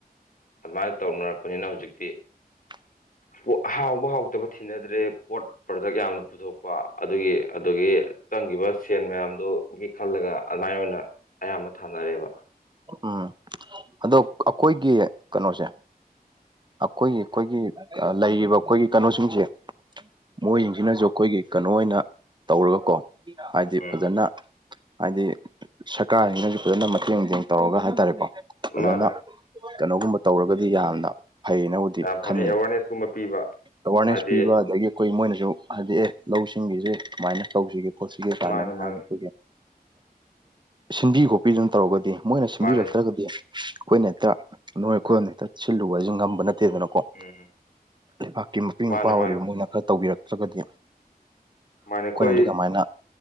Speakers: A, on the left; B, on the right.
A: ꯑꯗꯨꯃꯥꯏ ꯇꯧꯅꯔꯛꯄꯅꯤꯅ ꯍꯧꯖꯤꯛꯇꯤ
B: <unintelligible>
A: ꯄꯣ ꯍꯥꯎꯕ ꯍꯥꯎꯇꯕ ꯊꯤꯅꯗ꯭ꯔꯦ ꯄꯣꯠ ꯄ꯭ꯔꯗꯛ ꯌꯥꯝꯅ ꯄꯨꯊꯣꯛꯄ ꯑꯗꯨꯒꯤ ꯑꯗꯨꯒꯤ ꯆꯪꯒꯤꯕ ꯁꯦꯟ ꯃꯌꯥꯝꯗꯨꯒꯤ ꯈꯜꯂꯒ ꯑꯗꯨꯃꯥꯏꯅ ꯑꯣꯏꯅ ꯑꯌꯥꯝꯕ ꯊꯥꯅꯔꯦꯕ
B: ꯎꯝ ꯑꯗꯣ ꯑꯈꯣꯏꯒꯤ ꯀꯅꯣꯁꯦ ꯑꯈꯣꯏꯒꯤ ꯈꯣꯏꯒꯤ ꯑ ꯂꯩꯔꯤꯕ ꯑꯈꯣꯏꯒꯤ ꯀꯩꯅꯣꯁꯤꯡꯁꯦ ꯃꯣꯏꯖꯤꯡꯖꯤꯅꯖꯨ ꯑꯈꯣꯏꯒꯤ ꯀꯅꯣ ꯑꯣꯏꯅ ꯇꯧꯔꯒꯀꯣ ꯍꯥꯏꯗꯤ
A: ꯎꯝ
B: ꯐꯖꯅ ꯍꯥꯏꯗꯤ ꯁꯔꯀꯥꯔꯁꯤꯅꯁꯨ ꯐꯖꯅ ꯃ ꯇꯦꯡ ꯅꯨꯡꯇꯦꯡ ꯇꯧꯔꯒ ꯍꯥꯏꯇꯥꯔꯦꯀꯣ ꯐꯖꯅ
A: ꯃꯥꯅꯦ
B: ꯀꯩꯅꯣꯒꯨꯝꯕ ꯇꯧꯔꯒꯗꯤ ꯌꯥꯝꯅ ꯐꯩꯌꯦꯅꯕꯨꯗꯤ
A: ꯌꯥꯝ ꯐꯅꯤ
B: ꯈꯟꯅꯤ
A: ꯑꯦꯋꯥꯔꯅꯦꯁꯀꯨꯝꯕ ꯄꯤꯕ
B: ꯑꯦꯋꯥꯔꯅꯦꯁ
A: ꯍꯥꯏꯗꯤ
B: ꯄꯤꯕ ꯑꯗꯒꯤ ꯈꯣꯏ ꯃꯣꯏꯅ ꯖꯨ ꯍꯥꯏꯗꯤ ꯑꯦ ꯂꯧꯁꯤꯡꯒꯤꯖꯦ ꯀꯃꯥꯏꯅ ꯇꯧꯖꯤꯒꯦ ꯈꯣꯠꯁꯤꯒꯦ ꯀꯥꯏꯅꯒ
A: ꯃꯥꯅꯤ
B: ꯍꯥꯏꯔꯒ
A: ꯃꯥꯅꯤ
B: ꯑꯩꯈꯣꯏꯒꯤ ꯁꯤꯟꯕꯤ ꯈꯣꯠꯄꯤꯗꯅ ꯇꯧꯔꯒꯗꯤ ꯃꯣꯏꯅ ꯁꯤꯟꯕꯤꯔꯛꯇ꯭ꯔꯒꯗꯤ
A: ꯃꯥꯅꯤ
B: ꯑꯈꯣꯏꯅ ꯍꯦꯛꯇ ꯅꯣꯏ ꯑꯩꯈꯣꯏꯅ ꯍꯦꯛꯇ ꯁꯤꯜꯂꯨꯕꯖꯤ ꯉꯝꯕ ꯅꯠ ꯇꯦꯗꯅꯀꯣ
A: ꯎꯝ
B: ꯂꯩꯕꯥꯛꯀꯤ ꯃꯄꯤ
A: ꯃꯥꯅꯦ
B: ꯃꯄꯥ ꯑꯣꯏꯔꯤꯕ
A: ꯃꯥꯅꯦ
B: ꯃꯣꯏꯅ ꯈꯔ ꯇꯧꯕꯤꯔꯛꯇ꯭ꯔꯒꯗꯤ
A: ꯁꯨꯃꯥꯏꯅ
B: ꯑꯩꯈꯣꯏꯅꯗꯤ
A: ꯑꯩꯈꯣꯏ
B: ꯀꯃꯥꯏꯅ